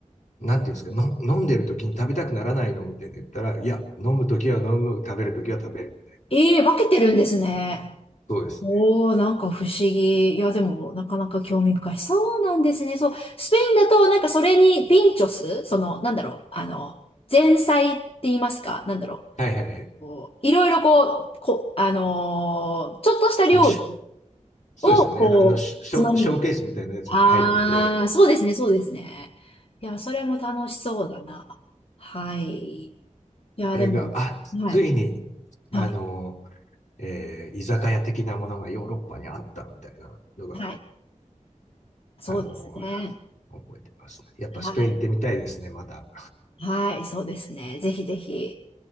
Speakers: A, on the left; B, on the left.
A: なんていうんですか、の飲んでる時に食べたくならないのみたいな言ったら、いや、飲む時は飲む、食べる時は食べる。
B: ええ、分けてるんですね。
A: そうですね。
B: おー、なんか不思議。いや、でも、なかなか興味深い。そうなんですね。そう。スペインだと、なんかそれにピンチョス、その、なんだろう、あの、前菜って言いますか、なんだろ
A: はいはいはい。
B: う。こういろいろこう、こ、あのーちょっとした料理
A: あの、しそうですよね。
B: を、こう、
A: あのショ、
B: つまみに。
A: ショーケースみたいなやつに入ってて、
B: あー、そうですね、そうですね。いや、それも楽しそうだな。はい。いや、
A: あれが、
B: でも、
A: あ、
B: はい。
A: ついに、
B: はい。
A: あの、えー居酒屋的なものがヨーロッパにあったみたいなのが、
B: はい。そうですね。
A: あの、覚えてますね。やっぱスペイン行ってみたいですね、
B: はい。
A: まだ。
B: はい、そうですね。ぜひぜひ。